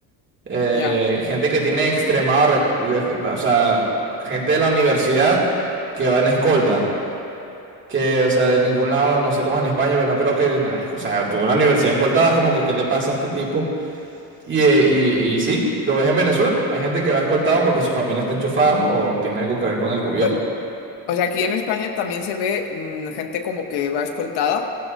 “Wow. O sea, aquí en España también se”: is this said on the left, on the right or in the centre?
Left